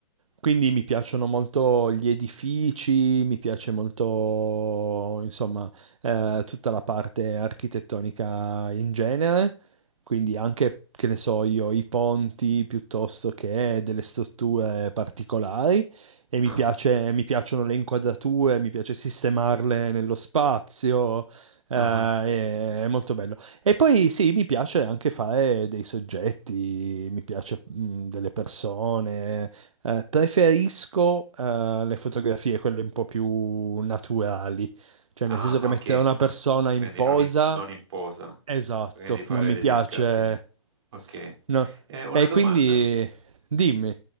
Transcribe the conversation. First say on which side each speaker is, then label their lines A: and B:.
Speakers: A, on the right (about 85°); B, on the right (about 60°).
A: Quindi mi piacciono molto gli edifici, mi piace molto, insomma, eh, tutta la parte architettonica in genere, quindi anche, che ne so io, i ponti piuttosto che delle strutture particolari e mi
B: Ah,
A: piace, mi piacciono le inquadrature, mi piace sistemarle nello spazio, eh,
B: ah,
A: è
B: ah,
A: è molto bello. E poi sì, mi piace anche fare dei soggetti, mi piace mh, delle persone. Eh, preferisco eh, le fotografie, quelle un po' più naturali, cioè
B: ah,
A: nel senso che
B: ok.
A: mettere una persona in
B: Quindi
A: posa,
B: non in, non in posa,
A: esatto,
B: quindi fare
A: non mi
B: degli
A: piace.
B: scatti. Ok.
A: No.
B: Eh, una
A: E
B: domanda.
A: quindi dimmi,